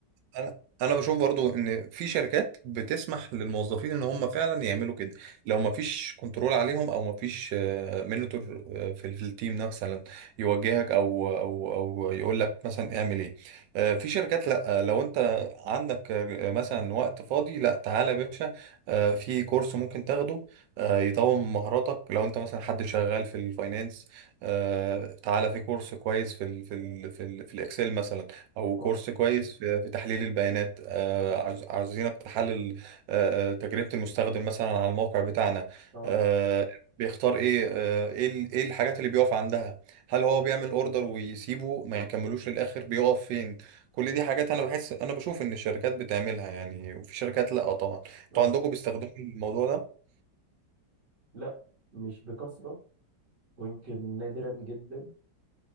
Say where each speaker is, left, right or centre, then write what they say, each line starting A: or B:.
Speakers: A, on the right; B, on the right.
A: انا انا بشوف برضو ان في شركات بتسمح للموظفين ان هم فعلا يعملوا كده لو ما فيش كنترول عليهم او ما فيش منتور في ال- في التيم مثلا يوجهك او او او يقول لك مثلا اعمل ايه آه، في شركات لا آه، لو انت عندك آه، مثلا وقت فاضي لا تعالى يا باشا آه، في كورس ممكن تاخده آه، يطور من مهاراتك لو انت مثلا حد شغال في الفاينانس آه، تعالى في كورس كويس في ال في ال في ال في الاكسل مثلا او
B: اه
A: كورس كويس في في تحليل البيانات آه، عاوز- عاوزينك تحلل آه، آه، تجربة المستخدم مثلا على الموقع بتاعنا
B: اه اه
A: آه، بيختار ايه آه، ايه ال- ايه الحاجات اللي بيقف عندها هل هو بيعمل اوردر ويسيبه ما يكملوش للاخر بيقف فين كل دي حاجات انا بحس انا بشوف ان الشركات بتعملها يعني وفي شركات لا طبعا انتوا
B: آه،
A: عندكم بيستخدموا الموضوع ده
B: لا مش بكثره ويمكن نادرا جدا